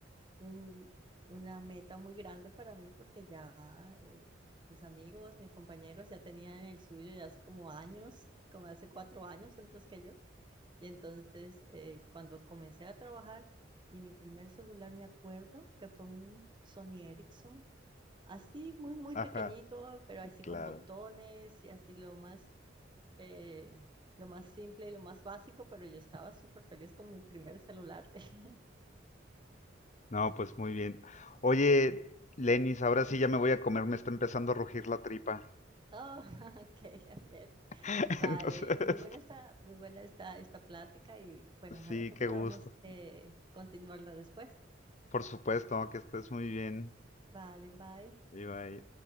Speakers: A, on the right; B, on the left.
A: un- una meta muy grande para mí porque ya eh, mis amigos, mis compañeros ya tenían el suyo ya hace como años, como hace cuatro años antes que yo. Y entonces eh, cuando comencé a trabajar y mi primer celular me acuerdo que fue un Sony Ericsson, así muy, muy
B: Ajá,
A: pequeñito, pero así
B: claro.
A: con botones y así lo más... eh, Lo más simple y lo más básico, pero yo estaba súper feliz con mi primer celular. <laughs>
B: No, pues muy bien. Oye, Lenis, ahora sí ya me voy a comer, me está empezando a rugir la tripa.
A: Oh, <laughs> ok, Javier.
B: <laughs>
A: Vale,
B: Entonces,
A: muy buena esta, muy buena esta, esta plática y bueno, ojalá
B: Sí,
A: que
B: qué
A: podamos
B: gusto.
A: eh, continuarla después.
B: Por supuesto, que estés muy bien,
A: Vale, bye.
B: Ibai.